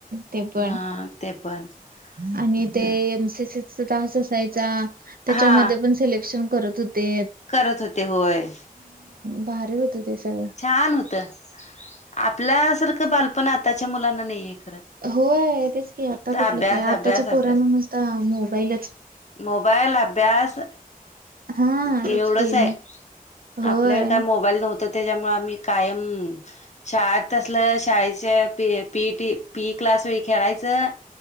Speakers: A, on the right; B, on the left.
A: ते पण
B: हा ते पण
A: आणि
B: होत
A: ते एम सी सी. चा तास असायचा, त्याच्यामध्ये
B: हा
A: पण सिलेक्शन करत होते.
B: करत होते होय....
A: भारी होतं ते सगळं.
B: छान होतं आपल्यासारखं बालपण आताच्या मुलांना नाही एक.
A: होय तेच की, आता कुठलं
B: अभ्यास
A: काय
B: अभ्यास
A: आताच्या
B: अभ्यास
A: पोरामध्ये मस्त मोबाईलच
B: मोबाईल, अभ्यास.
A: हां,
B: हे
A: तेच
B: एवढंच
A: की
B: हाय
A: मग होय.
B: आपल्याला काय मोबाईल नव्हतं त्याच्यामुळे आम्हीं कायम शाळेत असलं शाळेच्या P, P E T P E क्लासमध्ये खेळायचं,